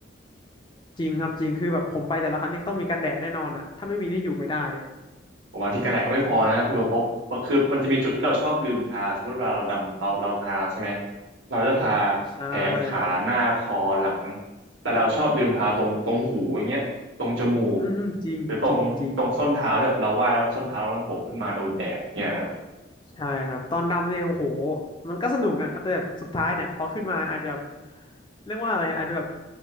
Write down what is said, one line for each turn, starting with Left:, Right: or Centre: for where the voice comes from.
Left: จริงครับจริงคือแบบผมไปแต่ละครั้งนี่ต้องมีกันแดดแน่นอนอ่ะถ้าไม่มีนี่อยู่ไม่ได้
Right: ผมบางทีกันแดดก็ไม่พอนะคุณประพบคือมันจะมีจุดที่เราชอบลืมทาสมมติเวลาเราดำเราเราทาใช่ไหมเราจะทา
Left: ใช่
Right: แขนขาหน้าคอหลังแต่เราชอบลืมทาตรงตรงหูอย่างเงี้ยตรงจมูก
Left: อืมอืมจริงจริงจริง
Right: หรือตรงตรงส้นเท้าที่แบบเราว่ายแล้วส้นเท้ามันโผล่ขึ้นมาโดนแดดเนี่ยครับ
Left: ใช่ครับตอนดำเนี่ยโอ้โหมันก็สนุกนะแต่แบบสุดท้ายเนี่ยพอขึ้นมาอาจจะแบบเรียกว่าอะไรอาจจะแบบ